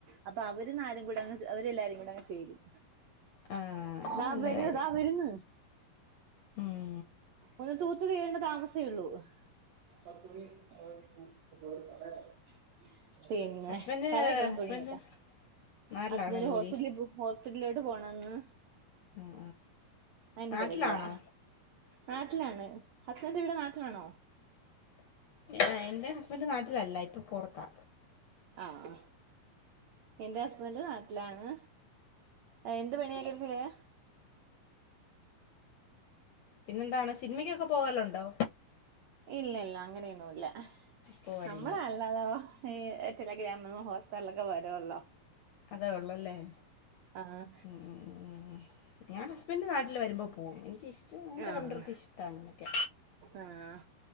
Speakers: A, on the right; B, on the left.
A: അപ്പൊ അവരുന്നാലും കൂടെ അങ്ങ് അവരെല്ലാരും കൂടെ അങ്ങ് ചേരും
B: ആ അത്
A: ദാ
B: നല്ല
A: വരുന്ന
B: കാര്യം
A: ദാ വരുന്ന്
B: ഉം
A: ഒന്ന് തൂത്തു തീരണ്ട താമസേള്ളൂ <unintelligible> പിന്നെ
B: ഹസ്ബൻഡ്
A: തറേ കെടന്ന
B: ഹസ്ബൻഡ്
A: തുണിയൊക്കെ
B: നാട്ടിലാണോ
A: ഹസ്ബൻഡ്
B: ജോലി
A: ഹോസ്പിറ്റലിൽ പോ ഹോസ്പിറ്റലിലോട്ട് പോണന്ന്
B: ആ
A: അയിന്റെ
B: നാട്ടിലാണോ
A: തിരക്കിലാ നാട്ടിലാണ് ഹസ്ബൻഡ് ഇവിടെ നാട്ടിലാണോ
B: ആഹ് എന്റെ ഹസ്ബൻഡ് നാട്ടിലല്ല ഇപ്പൊ പൊറത്താ
A: ആഹ എന്റെ ഹസ്ബന്റ് നാട്ടിലാണ് എന്ത് പണിയാ <unintelligible>
B: പിന്നെന്താണ് സിനിമക്കൊക്കെ പോകലുണ്ടോ
A: ഇല്ല ഇല്ല അങ്ങനെയൊന്നും ഇല്ല
B: പോകാറില്ല
A: നമ്മള് ല്ലാ ഈ ടെല ഗ്രാമിലും ഹോട്സ്റ്റാറിലൊക്കെ വരുവല്ലോ
B: അതേ ഉള്ളല്ലേ
A: ആഹ്
B: ഉം ഞാൻ ഹസ്ബൻ് നാട്ടിൽ വരുമ്പോ പോവും എനിക്ക ഇഷ്ടം ഞങ്ങക്ക്
A: ആഹ്
B: രണ്ടർക്കും ഇഷ്ടം തങ്ങനക്കെ
A: ആഹ്